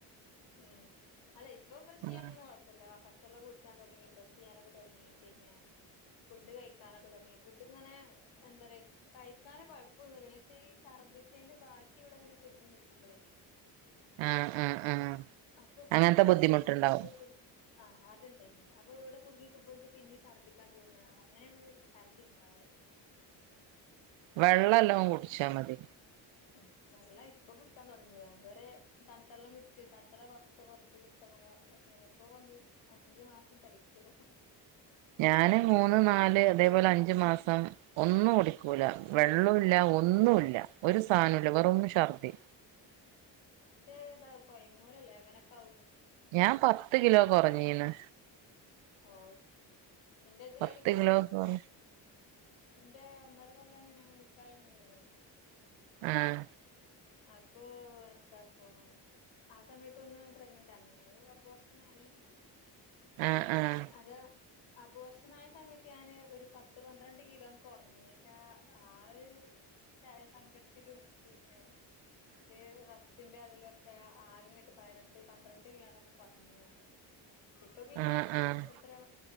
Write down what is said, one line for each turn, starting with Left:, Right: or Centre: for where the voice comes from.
Left: ഉ അല്ല ഇപ്പൊ ബ്രഷ് ചെയ്യാനൊന്നും
Right: ആഹ്
Left: കൊഴപ്പല്ല പച്ചെള്ളംകുടിച്ചാ തൊടങ്ങി ബ്രഷ് ചെയ്യാനൊക്കെ തെടങ്ങി പിന്നെ ഫുഡ് കഴിക്കാനൊക്കെ തുടങ്ങി ഫുഡ് ഇങ്ങനെ എന്താ കഴിക്കാൻ കൊഴപ്പൊന്നുല്ലക്ഷെ ഈ സർദി ചെയ്തിന്റെ ബതീർച്ചയന്റെ ബാക്കി ഇവിടെങ്ങനെ കുടുങ്ങി നിക്കുമ്പളേ
Right: ആഹ് ആഹ് ആഹ്
Left: അപ്പൊ കുടിക്കാനരു
Right: അങ്ങനത്തെ ബുദ്ധിമുട്ടുണ്ടാവും
Left: ഇത അപ്പൊ ആ ണ്ടായിനി അപ്പൊ ഇവിടെ കുടുങ്ങിക്കുമ്പോക്ക് പിന്നെ ഛർദിക്കാൻ തോന്ന അങ്ങനെയാണ് ഛർദി ഉണ്ടാവണത്
Right: വെള്ളം എല്ലാം കുടിച്ചാ മതി
Left: ഉ നല്ല ഇപ്പൊ കുടിക്കാൻ തുടങ്ങിയ ഇതുവരെ തൺ നണ്ടെള്ളം കുടിച്ച്ു തണ്ടുെള്ള കുറ കുറച്ച കുടിച്ചങ്ങനെങ്ങനക്ക ന അഞ്ചു മാസം തകച്ചു
Right: ഞാന് മൂന്ന് നാല് അതേപോലെ അഞ്ചു മാസം ഒന്നും ഓടിക്കല വെള്ളമല്ല ഒന്നല്ല ഒരു സാനുൽവറൊന്ന് ഷർദി
Left: മറ്റ ഇതാ കൊയങ്ങൂരല്ലേ അങ്ങനെയൊക്കെ ആ
Right: ഞാൻ പത്ത് കിലോ കുറഞ്ഞീന്ന്
Left: ഓ എന്റെ ഇതിലട
Right: പത്ത്
Left: കൂടെ
Right: കിലോ കൊറ
Left: വന്റെ ഒന്നര ല്ലങ്ങങ്ങിക്കഴ നി
Right: ഉം
Left: അപ്പൊ എന്താപ്പ ആ സമയത്തൊന്ന് പ്രഗ്നന്റ് അമ്മിയ അബർസനായി
Right: ആഹ് ആഹ്
Left: അതെ അപർഷനായ സമയത്ത് ഞാന് ഒരു പത്ത് പന്ത്രണ്ട് കിലോ ഉറങ്ങീച്ച ആ ഒരു സങ്കടത്തിലും പിന്നെ ഇത് റസ്ത്തിന്റെ അതിലക്കെ ഒെ ആകം കെട്ട് പ രണ്ട് പന്ത്രണ്ട് കിലോനൊക്കെ കുറഞ്ഞ ഞാാന് ഇപ്പൊ പിന്നെ
Right: ആഹ് ആഹ്
Left: എത്ര മാസ